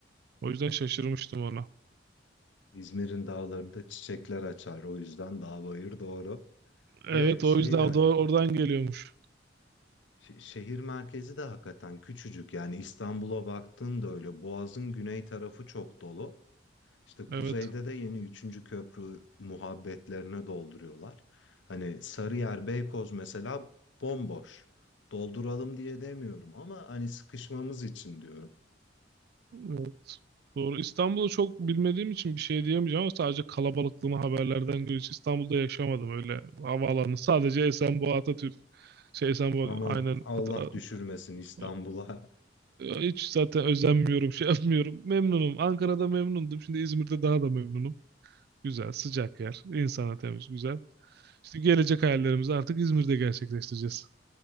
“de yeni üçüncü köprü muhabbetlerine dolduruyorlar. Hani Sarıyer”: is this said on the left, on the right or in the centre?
Left